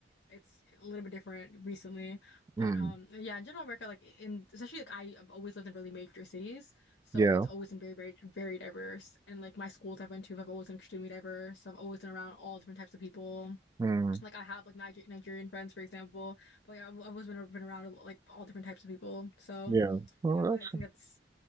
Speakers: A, on the left (about 70°); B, on the right (about 20°).
A: it's a little bit different recently.
B: mm,
A: But um yeah, in general America, like in especially like I have always lived in really major cities. So
B: yeah,
A: it's always been very, very, very diverse. And like my schools I've been to have always been extremely diverse. so I've always been around all different types of people.
B: mm,
A: Like I have like Niger Nigerian friends, for example. But like I've I've always been been around like all different types of people. So
B: yeah. Oh,
A: yeah, I feel
B: that's
A: like I think that's